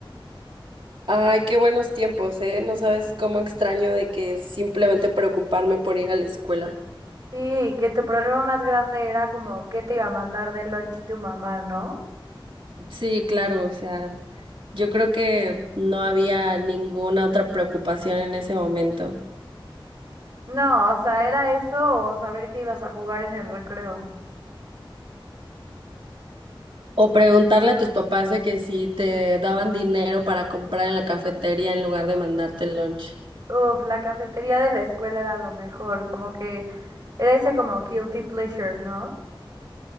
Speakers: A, on the right; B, on the right.
A: Ay, qué buenos tiempos, ¿eh? No sabes cómo extraño de que simplemente preocuparme por ir a la escuela.
B: Sí, que tu problema más grande era como qué te iba a mandar de lunch tu mamá, ¿no?
A: Sí, claro, o sea, yo creo que no había ninguna otra preocupación en ese momento.
B: No, o sea, era eso o saber que ibas a jugar en el recreo.
A: O preguntarle a tus papás de que si te daban dinero para comprar en la cafetería en lugar de mandarte el lunch.
B: Uf, la cafetería de la escuela era lo mejor, como que era ese como guilty pleasure, ¿no?